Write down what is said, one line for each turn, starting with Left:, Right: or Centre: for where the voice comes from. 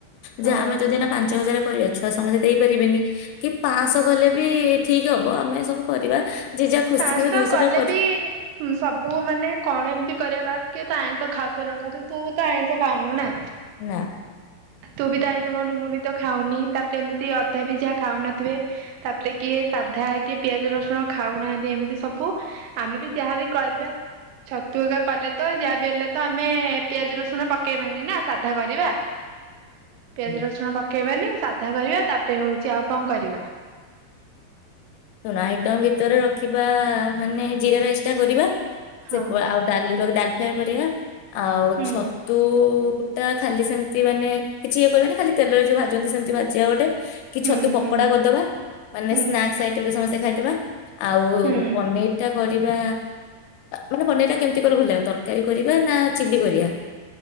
Left: ଯେ
Right: ହଁ।
Left: ଆମେ ଯଦି ନା ପାଞ୍ଚ ହଜାର କରିବା ଛୁଆ ସମସ୍ତେ ଦେଇପାରିବେନି କି ପାଞ୍ଚଶହ କଲେ ବି ଠିକ ହବ ଆମେ ସବୁ କରିବା ଯିଏ ଯାହା ଖୁସି
Right: ପାଂଶ
Left: କିନ୍ତୁ
Right: ଟଙ୍କା
Left: ଦୁଇଶହ
Right: କଲେ
Left: ଟା କରି
Right: ବି ସବୁ ମାନେ କଣ ଏମିତି କରିବା ବାସ କି ତା ଆଇଁଷ ଖାଉଥ ନ ଖାଉଥ ତୁ ତ ଆଇଁଷ ଖାଉନୁ ନା।
Left: ନା।
Right: ତୁ ବି ତ ଆଇଁଷ ଖାଉନୁ ମୁ ବି ତ ଖାଉନି ତାପରେ ଏମିତି ଅଧା ବି ଯାହା ଖାଉନଥିବେ ।ତାପରେ କିଏ ସାଧା କି ପିଆଜ ରସୁଣ ଖାଉନାହାନ୍ତି। ଏମିତି ସବୁ ଆମେ ବି ଯାହାବ କରିବା ଛତୁଗା କଲେ ତ ଯାହା ବି ହେଲେ ତ ଆମେ ପିଆଜ ରସୁଣ ପକେଇବାନି ନା ସାଧା କରିବା। ପିଆଜ
Left: ହୁଁ
Right: ରସୁଣ ପକେଇବାନି ସାଧା କରିବା ତାପରେ ହଉଛି ଆଉ କଣ କରିବା?
Left: ଶୁଣ ଆଇଟମ ଭିତରେ ରଖିବା ମାନେ ଜିରା ରାଇସ୍ ଟା କରିବା।
Right: ହଁ
Left: ସେ ଆଉ ଡାଲି ର ଡାଲି କରିଆ ଆଉ
Right: ହୁଁ
Left: ଛତୁ ତା ଖାଲି ସେମିତି ମାନେ କିଛି ଇଏ କରିବାନି ଖାଲି ତେଲରେ ଯୋଉ ଭାଜନ୍ତି ସେମିତି ଭଜିବା ଗୋଟେ କି
Right: ହୁଁ
Left: ଛତୁ ପକୋଡା
Right: ହୁଁ
Left: କରିଦବା ମାନେ
Right: ହୁଁ
Left: ସ୍ନାକ୍ ସମସ୍ତେ ଖାଇଥିବା। ଆଉ
Right: ହୁଁ
Left: ପନିର ଟା କରିବା ମାନେ ପନିର ଟା କେମିତି କରିବା ଭଲ ଲାଗୁଛି। ତରକାରୀ କରିବା ନା ଚିଲି କରିବା।